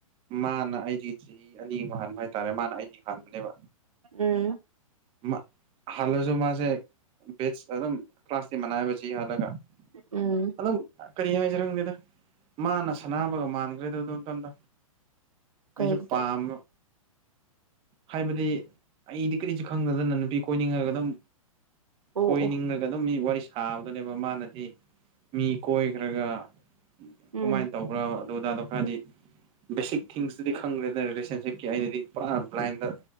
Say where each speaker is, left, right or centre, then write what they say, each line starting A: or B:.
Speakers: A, on the right; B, on the right.
A: ꯃꯥꯅ ꯑꯩꯗꯤ ꯆꯍꯤ ꯑꯅꯤ ꯃꯨꯛ ꯍꯟꯕ ꯍꯥꯏꯇꯥꯔꯦ ꯃꯥꯅ ꯑꯩꯗꯤ ꯍꯥꯟꯕꯅꯦꯕ
B: ꯎꯝ
A: ꯃꯥ ꯍꯜꯂꯁꯨ ꯃꯥꯁꯦ ꯕꯦꯁ ꯑꯗꯨꯝ ꯀ꯭ꯂꯥꯁꯇꯤ ꯃꯅꯩꯕ ꯆꯍꯤ ꯍꯜꯂꯒ
B: ꯎꯝ
A: ꯑꯗꯨꯝ ꯀꯔꯤ ꯍꯥꯏꯖꯤꯔ ꯈꯪꯗꯦꯗ ꯃꯥꯅ ꯁꯅꯥꯕꯒ ꯃꯥꯟꯈ꯭ꯔꯦꯗ ꯑꯗꯨ ꯃꯇꯝꯗꯣ
B: ꯀꯔꯤꯕꯣ
A: ꯑꯩꯁꯨ ꯄꯥꯝꯕ ꯍꯥꯏꯕꯗꯤ ꯑꯩꯗꯤ ꯀ꯭ꯔꯤꯁꯨ ꯈꯪꯗꯗꯅ ꯅꯨꯄꯤ ꯀꯣꯏꯅꯤꯡꯉꯒ ꯑꯗꯨꯝ
B: ꯑꯣ
A: ꯀꯣꯏꯅꯤꯡꯉꯒ
B: ꯑꯣ
A: ꯑꯗꯨꯝ ꯃꯤ ꯋꯥꯔꯤ ꯁꯥꯕꯗꯨꯅꯦꯕ ꯃꯥꯅ ꯗꯤ ꯃꯤ ꯀꯣꯏꯒ꯭ꯔꯒ ꯀꯃꯥꯏꯟ
B: ꯎꯝ
A: ꯇꯧꯕ꯭ꯔꯥ ꯑꯗꯨꯗꯥꯗꯣ ꯈ꯭ꯔꯗꯤ ꯕꯦꯁꯤꯛ ꯊꯤꯡꯁꯇꯨꯗꯤ ꯈꯪꯗ꯭ꯔꯦꯗ ꯔꯤꯂꯦꯁꯟꯁꯤꯞꯀꯤ ꯑꯩꯅꯗꯤ ꯄꯨꯔꯥ ꯕ꯭ꯂꯥꯏꯟꯗ